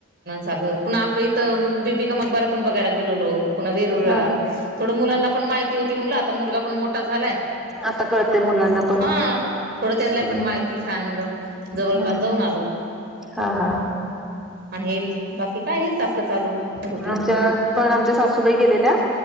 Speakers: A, on the right; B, in the centre.
A: सागर पुन्हा आपलं इथं बीबिका मकबरा पण बघायला गेलोलो पुन्हा वेरुळ
B: हा
A: थोडं मुलांना पण माहिती होती म्हणलं आता मुलगा पण मोठा झालाय
B: आता कळतय मुलांना पण
A: हा थोडं त्यांना
B: हम्म
A: पण माहिती छान म्हलं जवळपास
B: हम्म.
A: जाऊन आलो
B: हा हा
A: आणि हे बाकी काय हेच आपलं चालू मग रुटीन
B: आमच्या पण आमच्या सासूबाई गेलेल्या